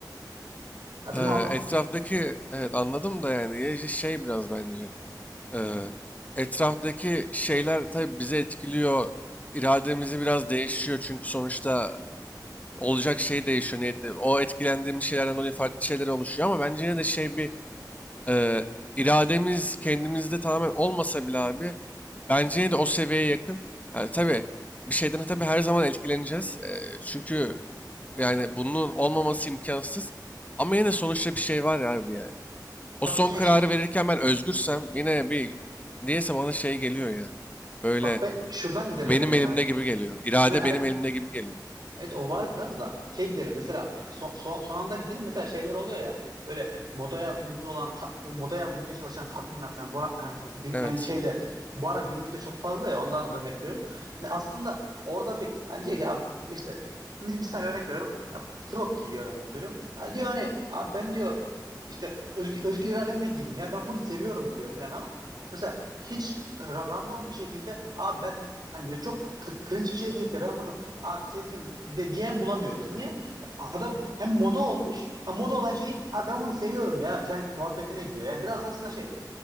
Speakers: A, on the right; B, on the left.
A: Ya bir
B: Eee,
A: ma-
B: etraftaki evet anladım da yani ya işte şey biraz bence eee, etraftaki şeyler tabii bizi etkiliyor irademizi biraz değişiyor çünkü sonuçta olacak şey değişiyor niyetli o etkilendiğimiz şeylerden dolayı farklı şeyler oluşuyor ama bence yine de şey bir eee, irademiz kendimizde tamamen olmasa bile abi bence yine de o seviyeye yakın yani tabii bir şeyden tabii her zaman etkileneceğiz Eee, çünkü yani bunun olmaması imkansız ama yine de sonuçta bir şey var ya abi yani. O
A: bak
B: son
A: şey
B: kararı verirken ben özgürsem yine bir niyeyse bana şey geliyor ya. Böyle
A: bak be, şuradan gidelim
B: benim
A: bence
B: elimde
A: hani
B: gibi geliyor. İrade
A: hemen
B: benim elimde gibi geliyor.
A: Evet o var biraz da şey gidelim mesela son, son, son anda gidelim mesela şeyler oluyor ya böyle modaya uygun olan ka- bu modaya uymaya çalışan kadınlar falan bu, yani, bu gün-
B: Evet.
A: yani şeyde bu ara günümüzde çok fazla ya ondan örnek veriyorum. Hani aslında orada bir hani diyor ki abi işte mis- misal örnek veriyorum ya, crop giyiyor örnek veriyorum. Ha, diyor hani abi ben diyor işte özgür, özgür irademle giydim ya ben bunu seviyorum diyor falan ama mesela hiç ra- random bir şekilde abi ben hani diyor, çok cringe bir şey giyip de ben bunu abi sevdim de diyen bulamıyoruz. Niye? A- Adam hem moda olmuş, ha moda olan şeyi abi ben bunu seviyorum ya falan muhabbetine giriyor. Yani biraz aslında şey